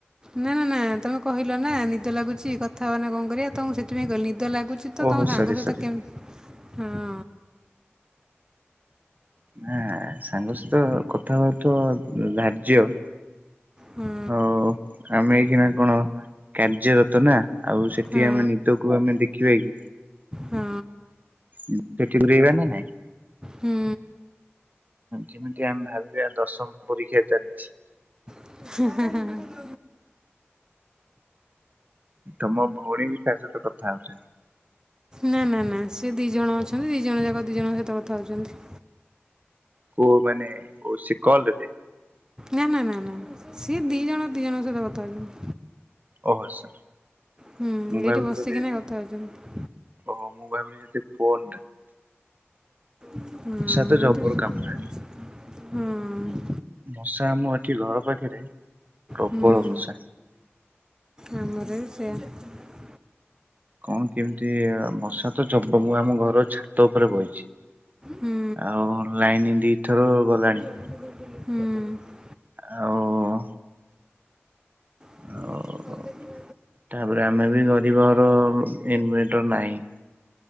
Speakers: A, on the right; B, on the right.
A: ନା ନା ନା ତମେ କହିଲ ନା ନିଦ ଲାଗୁଛି କଥାବାର୍ତ୍ନା କଣ କରିବା ତମକୁ ସେଥିପାଇଁ କହ ନିଦ ଲାଗୁଚ ତ
B: ଓହୋ
A: ତମ
B: ସରି
A: ସାଙ୍ଗ ସହିତ
B: ସରି
A: କେମତି ହଁ
B: ହଁ ସାଙ୍ଗସହିତ କଥା ହବା ତ ଧାର୍ଯ୍ୟ
A: ହଁ
B: ହଉ ଆମେ ଏଇକନା କଣ କାର୍ଯ୍ୟରତ ନା ଆଉ ସେଠି
A: ହଁ
B: ଆମେ ନିଦକୁ ଆମେ ଦେଖିବା କି
A: ହଁ
B: ସେଠିକ ଗୁରେଇବା ନ ନାଇଁ
A: ହୁଁ
B: ଯେମିତି ଆମେ ଭାବିବା ଦଶମ ପରୀକ୍ଷା ଚାଲିଛି
A: <unintelligible>
B: ତମ ଭଉଣୀ ବି ତା ସହିତ କଥା ହଉଛନ୍ତି
A: ନା ନା ନା ସେ ଦି ଜଣ ଅଛନ୍ତି ଦି ଜଣ ଯାକ ଦି ଜଣଙ୍କ ସହିତ କଥା ହଉଛନ୍ତି
B: କ ମାନେ ସେ କଲରେ
A: ନା ନା ନା ନାଁ ସିଏ ଦି ଜଣ ଦି ଜଣଙ୍କ ସହିତ କଥା ହଉଛନ୍ତି
B: ଅ ସାର୍
A: ହୁଁ
B: ମୁଁ
A: ଏଇଠି
B: ଭାବିଲି
A: ବସିକିନା
B: ବୋଧେ
A: କଥା ହେଉଛନ୍ତି
B: ଓ ମୁଁ ଭାବିଲି ଯଦି ଫୋନ ରେ
A: ହଁ
B: ତ ଜବର
A: ଏଠି
B: କାମୁଡିଲାଣି
A: ହଁ
B: ମଶା ଆମ ଏଠି ଘର ପାଖରେ ପ୍ରବଳ
A: ହୁଁ
B: ମଶା
A: ଆମର ବି ସେୟା କ୍ୟାଣ୍ଡି
B: କଣ କେମିତି ମଶା ତ ଜବର ମୁଁ ଆମ ଘର ଛାତ ଉପରେ ବଇଛି
A: ହୁଁ।
B: ଆଉ ଲାଇନ ଦିଥର ଗଲାଣି।
A: ହୁଁ
B: ଆଉ।
A: ହଉ।
B: ଆଉ ତାପରେ ଆମେ ବି ଗରିବ ଘର ଇନଭେଟର ନାହିଁ।